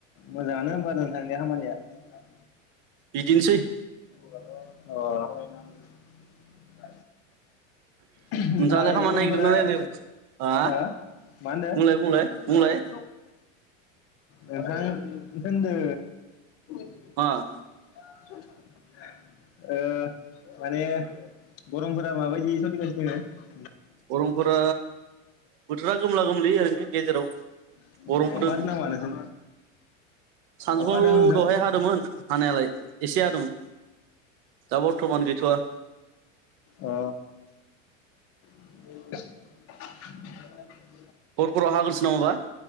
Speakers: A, on the left (about 35°); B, on the right (about 50°).
A: मोजाङानो होम्बा नोंथांनिया खामानिया ।
B: बिदिनसै ।
A: अ । <unintelligible> ओहोम
B: नोंथाङालाय
A: ओमफफाय
B: खामानि
A: गरमफोरा
B: नागिरदोंना नागिराखै? हा
A: ओ मा होनदो?
B: बुंलाय बुंलाय
A: <unintelligible>
B: बुंलाय
A: नोंथां होनदो ।
B: अ ।
A: <inaudible> ओ माने गरमफोरा माबायदि सोलिगासिनो दोङो?
B: गरमफोरा बोथोरा खोमला गोमलिै ओरैनो गेजेराव ।
A: नोंथांमोनथिं
B: गरमबोदों
A: अखा हादों नामा नोंसोर
B: सानजुआव
A: अखा हादों नोंथां
B: दहाय हादोंमोन हानायालाय एसे दोंमोन । दा बरथमान गैथआ ।
A: ओ <unintelligible>
B: हर फोराव हाग्रोसो नवाबा <unintelligible>